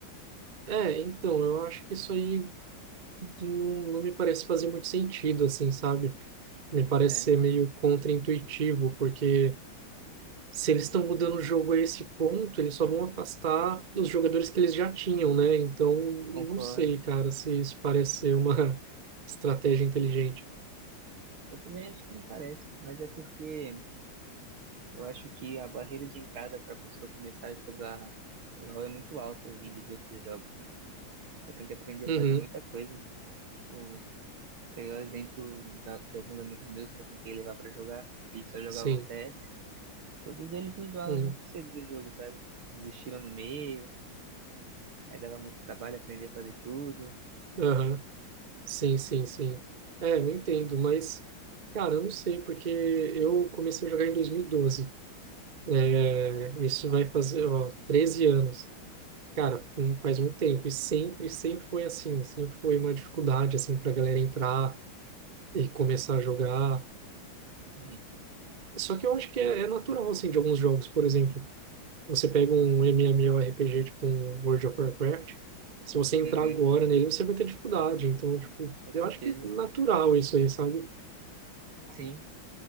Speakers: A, on the right; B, on the right.
A: É, então, eu acho que isso aí não, não me parece fazer muito sentido, assim, sabe? Me parece
B: É,
A: ser meio contraintuitivo, porque se eles estão mudando o jogo a esse ponto, eles só vão afastar os jogadores que eles já tinham, né? Então,
B: concordo.
A: não sei, cara, se isso parece ser uma <laughs> estratégia inteligente.
B: Eu também acho que não parece, mas é porque Eu acho que a barreira de entrada para a pessoa começar a jogar LoL é muito alta, vindo de outros jogos. Ela tem que aprender
A: Uhum,
B: a fazer muita coisa. Tipo, pegar o exemplo da- de alguns amigos meus que eu tentei levar para jogar, eles só jogavam
A: sim.
B: CS. Todos eles enjoaram
A: Uhum,
B: muito cedo do jogo, sabe? Desistiram no meio, aí dava muito trabalho aprender a fazer tudo.
A: aham. Sim, sim, sim. É, eu entendo, mas, cara, eu não sei, porque eu comecei a jogar em 2012. É,
B: Uhum,
A: isso vai fazer, ó, 13 anos. Cara, não faz muito tempo. E sempre, sempre foi assim. Sempre foi uma dificuldade, assim, pra galera entrar e começar a jogar.
B: sim,
A: Só que eu acho que é, é natural, assim, de alguns jogos. Por exemplo, você pega um MMORPG, tipo um World of Warcraft. Se você entrar
B: uhum,
A: agora nele, você vai ter dificuldade. Então, tipo,
B: com
A: eu
B: certeza.
A: acho que é natural isso aí, sabe?
B: Sim.